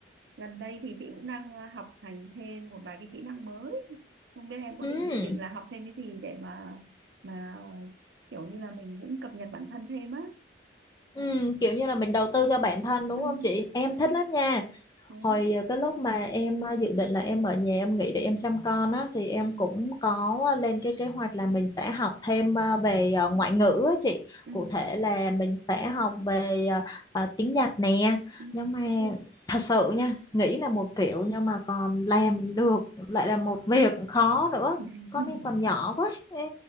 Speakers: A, on the right; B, on the left.
A: Gần đây thì chị cũng đang ờ, học hành thêm một vài cái kỹ năng mới. Không biết em có
B: ừ
A: định dự định là học thêm cái gì để mà mà kiểu như là mình cũng cập nhật bản thân thêm á.
B: ừ
A: Đó.
B: kiểu như là mình đầu tư cho bản thân đúng
A: Ừ.
B: không chị em
A: Đó.
B: thích lắm nha
A: Thế.
B: Hồi ờ, cái lúc mà em ờ, dự định là em ở nhà em nghỉ để em chăm con á thì em
A: Ừ,
B: cũng có ờ, lên cái kế hoạch là mình sẽ học thêm ờ, về ờ, ngoại ngữ á chị.
A: ừ,
B: Cụ thể là mình sẽ học về ờ, ờ, tiếng Nhật nè.
A: ừ.
B: Nhưng mà
A: Ôi.
B: thật sự nha, nghĩ là một kiểu nhưng mà còn làm được lại là một việc khó nữa.
A: <laughs>
B: Con em còn nhỏ quá. Ê,